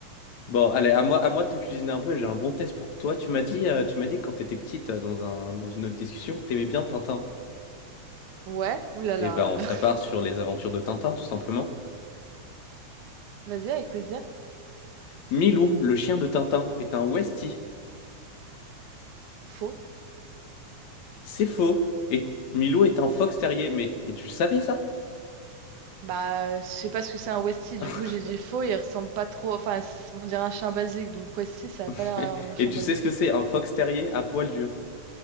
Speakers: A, on the left; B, on the right.
A: Bon, allez, à moi, à moi de te cuisiner un peu. J'ai un bon test pour toi. Tu m'as dit, euh, tu m'as dit que quand t'étais petite, euh, dans un, dans une autre discussion, que t'aimais bien Tintin.
B: Ouais, oulala.
A: Eh ben,
B: euh.
A: on s'appart
B: <laughs>
A: sur les aventures de Tintin, tout simplement.
B: Vas-y, avec plaisir.
A: Milou, le chien de Tintin, est un Westie.
B: Faux.
A: C'est faux. Et Milou est un fox terrier. Mais et tu le savais, ça?
B: Bah, je sais pas ce que c'est un Westie, du
A: <laughs>
B: coup j'ai dit faux, il ressemble pas trop. Enfin, c- on dirait un chien basique, donc Westie ça a pas
A: <laughs>
B: l'air d'un chien
A: Et tu
B: basique.
A: sais ce que c'est un fox terrier à poil dur?